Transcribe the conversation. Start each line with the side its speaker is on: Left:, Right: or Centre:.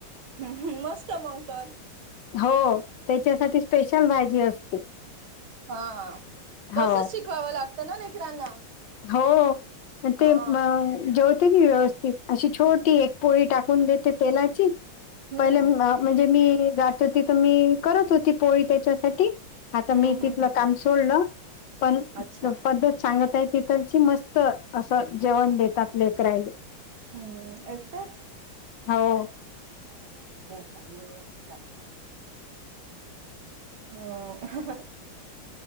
Right: हम्म हम मस्त मगं तर.
Left: हो, त्याच्यासाठी स्पेशल भाजी असते.
Right: हा,
Left: हो
Right: तसच शिकवावं लागतं ना लेकरांना.
Left: हो, ते
Right: हा
Left: मग जो तेबी व्यवस्थित अशी छोटी एक पोळी टाकून देते तेलाची,
Right: हम्म
Left: पहिले मा म्हणजे मी जात होती तर मी करत होती पोळी त्याच्यासाठी. आता
Right: हम्म
Left: मी
Right: हम्म
Left: तिथलं
Right: हम्म
Left: काम सोडलं, पण,
Right: अच्छा
Left: पद्धत सांग ताई तिथची मस्त असं जेवण देतात लेकरायले.
Right: हम्म एकटाच.
Left: हो.
Right: <unintelligible> हम्म.